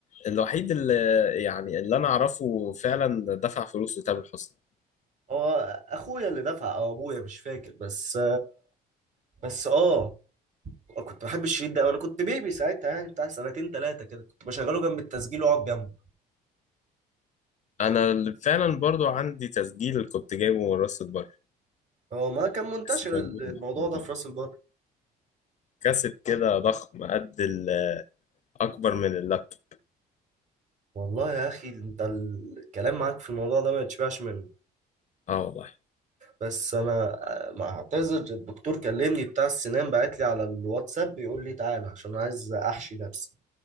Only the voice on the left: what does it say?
الوحيد اللي يعني اللي انا اعرفه فعلا دفع فلوس لتامر حسني
انا اللي فعلا برضو عندي تسجيل كنت جايبه من راس البر
بس موجود
لحد
دلوقتي
كاسيت كده ضخم قد ال- اكبر من اللابتوب
اه والله